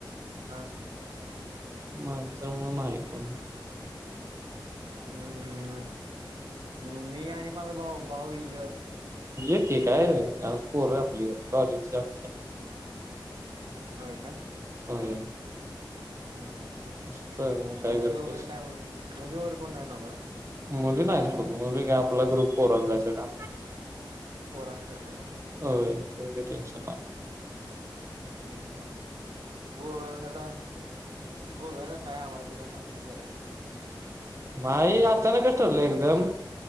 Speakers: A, on the right; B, on the right.
A: हा
B: नाही तर मगकण
A: हम् मी आणि माझ भाऊ भाऊ इईल
B: एके काय पर आपली कॉलेजमच्या
A: होय काय
B: होय
A: ह् ह
B: असं बघ मग काय
A: मुली
B: करतेस
A: वगैरे काय म्हण मुली वगैरे कोण नाही नव काय
B: मुली नाही स्कूल मुली काय आपला ग्रुप पोरन जायचं का
A: पोरण कर ना
B: हो तुम टनशन मा
A: हम् हम गो वळ हला गोव्याचा काय आमला बि नाही सांगता गेला सांगता
B: माई अचानकस ठरलं एकदम